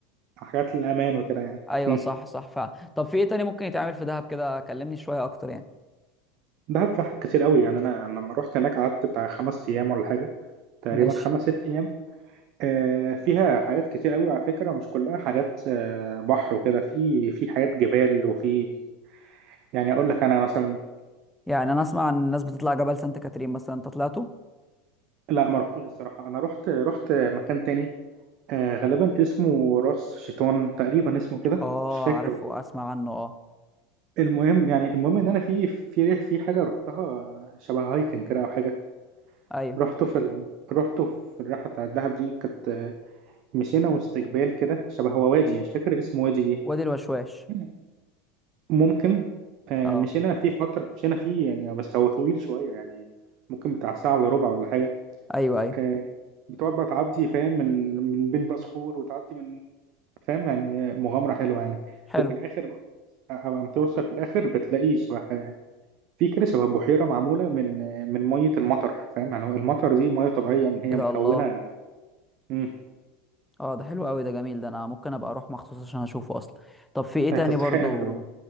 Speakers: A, on the right (about 55°); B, in the centre.
A: حاجات الأمان وكده يعني
B: ايوه
A: مم.
B: صح صح فعلا طب في ايه تاني ممكن يتعمل في دهب كده كلمني شوية اكتر يعني
A: دهب في حاجات كتير قوي يعني انا لما رحت هناك قعدت بتاع خمس ايام ولا حاجة تقريبا
B: ماشي
A: خمس ست ايام آه، فيها حاجات كتير قوي على فكرة مش كلها حاجات آه، بحر وكده في في حاجات جبال وفي يعني اقول لك انا مثلا
B: يعني انا اسمع عن الناس بتطلع جبل سانت كاترين مثلا انت طلعته
A: لا ما رحتوش الصراحة انا رحت رحت مكان تاني آه، غالبا اسمه راس شيطان تقريبا اسمه كده
B: اه
A: مش فاكر
B: عارفه
A: والله
B: اسمع عنه اه
A: المهم يعني المهم ان انا في في في حاجة رحتها شبه هايكنج كده او حاجة
B: ايوه
A: رحته في ال... رحته في الرحلة بتاعت الدهب دي كانت آه، مشينا وسط جبال كده شبه هو وادي مش فاكر اسمه وادي
B: وادي الوشواش
A: ايه ممكن آه،
B: اه
A: مشينا فيه فترة مشينا فيه يعني بس هو طويل شوية يعني ممكن بتاع ساعة إلا ربع ولا حاجة
B: ايوه ايوه
A: آه، بتقعد بقى تعدي فاهم من من بين بقى صخور وتعدي من فاهم يعني آه، مغامرة حلوة يعني
B: حلو
A: وفي الآخر بقى أما أما توصل في الآخر بتلاقي شبه آه، في كده شبه بحيرة معمولة من آه، من مية المطر فاهم يعني هو المطر دي مية طبيعية يعني هي
B: ايه ده
A: مكونة
B: الله
A: مم،
B: اه ده حلو قوي ده جميل ده انا ممكن ابقى اروح مخصوص عشان اشوفه اصلا طب في ايه تاني
A: آه، تستحق
B: برضو
A: إنك تروح